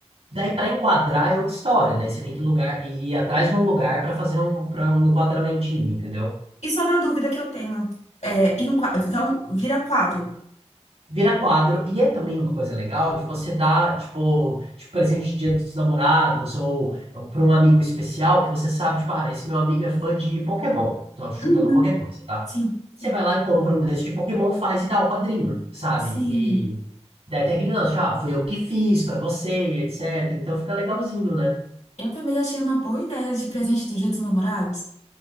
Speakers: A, on the right (about 70°); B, on the left (about 85°).
A: Daí para enquadrar é outra história. Daí você tem que lugar ir atrás de um lugar para fazer um para um enquadramentinho, entendeu?
B: E só na dúvida que eu tenho. É, em qua- então, vira quadro.
A: Vira quadro, e é também uma coisa legal de você dar, tipo, tipo presente de Dia dos Namorados ou para um amigo especial que você sabe, tipo, ah, esse meu amigo é fã de Pokémon. Tô chutando
B: Uhum,
A: qualquer coisa, tá?
B: sim,
A: Você
B: sim,
A: vai lá e compra um desses de Pokémon, faz e dá o quadrinho, sabe?
B: sim.
A: E daí tem aquele lance, tipo, ah, fui eu que fiz pra você, etc. Então fica legalzinho, né?
B: Eu também achei uma boa ideia de presente do Dia dos Namorados.